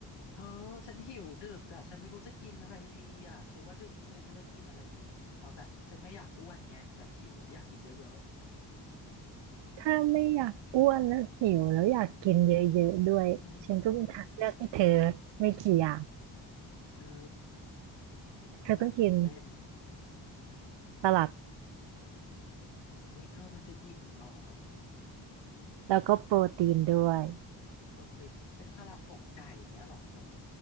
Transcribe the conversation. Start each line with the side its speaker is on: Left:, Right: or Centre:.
Left: เธอฉันหิวดึกอ่ะฉันไม่รู้จะกินอะไรดีอ่ะเธอว่าดึกแล้วเงี้ยฉันจะกินอะไรดีเอาแบบฉันไม่อยากอ้วนไงแต่หิวนะอยากกินเยอะ
Right: ถ้าไม่อยากอ้วนแล้วหิวแล้วอยากกินเยอะๆด้วยฉันก็มีทางเลือกให้เธอ
Left: ๆอืม
Right: ไม่กี่อย่าง
Left: คือโอตายตื่นเต้น
Right: เธอต้องกินสลัด
Left: อุ้ยเธอมันจะอิ่มเหรอ
Right: แล้วก็โปรตีนด้วย
Left: โปรตีนเป็นสลัดอกไก่เงี้ยเหรอเธอ